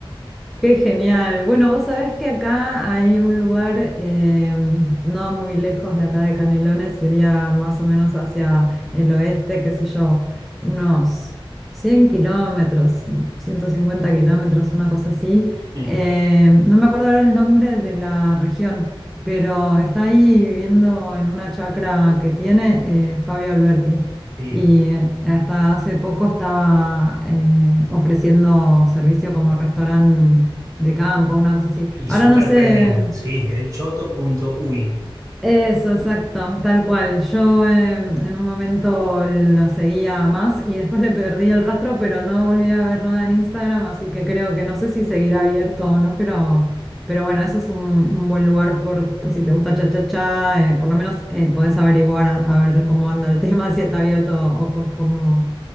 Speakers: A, in the centre; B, on the right.
A: Qué genial. Bueno, vos sabés que acá hay un lugar eh, no muy lejos de acá de Canelones, sería más o menos hacia el oeste, qué sé yo, unos 100 kilómetros, 150 kilómetros, una cosa así.
B: Sí,
A: Eh, no me acuerdo ahora el nombre de la región, pero está ahí viviendo en una chacra que tiene eh, Fabio Alberti.
B: sí.
A: Y hasta hace poco estaba eh, ofreciendo servicio como restaurante de campo, una cosa así.
B: Y
A: Ahora
B: super
A: no sé,
B: premium, sí, el choto punto uy
A: eso, exacto, tal cual. Yo eh, en un momento la seguía más y después le perdí el rastro, pero no volví a ver nada en Instagram, así que creo que no sé si seguirá abierto o no, pero, pero bueno, eso es un, un buen lugar por, por si te gusta cha cha cha, eh, por lo menos eh, podés averiguar a, a ver cómo anda el tema, <laughs> si está abierto o co- cómo,